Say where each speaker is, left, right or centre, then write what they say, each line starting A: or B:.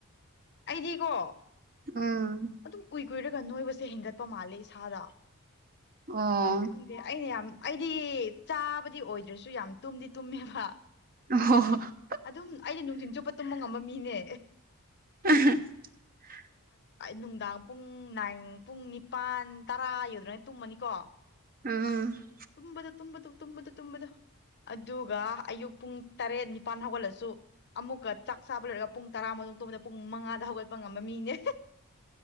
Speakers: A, on the left; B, on the right.
A: ꯑꯩꯗꯤꯀꯣ
B: ꯎꯝ
A: ꯑꯗꯨꯝ ꯀꯨꯏ ꯀꯨꯏꯔꯒ ꯅꯣꯏꯕꯁꯦ ꯍꯦꯟꯒꯠꯄ ꯃꯥꯜꯂꯦ ꯏꯁꯥꯗ
B: ꯑꯣ
A: ꯈꯪꯗꯦ ꯑꯩꯅ ꯌꯥꯝ ꯑꯩꯗꯤ ꯆꯥꯕꯗꯤ ꯑꯣꯏꯗ꯭ꯔꯁꯨ ꯌꯥꯝ ꯇꯨꯝꯗꯤ ꯇꯨꯝꯃꯦꯕ
B: <unintelligible>
A: ꯑꯗꯨꯝ ꯑꯩꯗꯤ ꯅꯨꯡꯊꯤꯟ ꯆꯨꯞꯄ ꯇꯨꯝꯕ ꯉꯝꯕ ꯃꯤꯅꯦ
B: <unintelligible>
A: ꯅꯨꯡꯗꯥꯡ ꯄꯨꯡ ꯅꯥꯏ ꯄꯨꯡ ꯅꯤꯄꯥꯟ ꯇꯔꯥ ꯌꯧꯗꯅ ꯇꯨꯝꯃꯅꯤꯀꯣ
B: ꯎꯝ
A: ꯇꯨꯝꯕꯗ ꯇꯗꯨ ꯇꯨꯝꯕꯗ ꯇꯨꯝꯕꯗ ꯑꯗꯨꯒ ꯑꯌꯨꯛ ꯄꯨꯡ ꯇꯔꯦꯠ ꯅꯤꯄꯥꯜ ꯍꯧꯒꯠꯂꯁꯨ ꯑꯃꯨꯛꯀ ꯆꯥꯛ ꯆꯥꯕ ꯂꯣꯏꯔꯒ ꯄꯨꯡ ꯇꯔꯥ ꯃꯇꯨꯡ ꯇꯣꯕꯗ ꯄꯨꯡ ꯃꯉꯥꯗ ꯍꯧꯒꯠꯄ ꯉꯝꯕ ꯃꯤꯅꯦ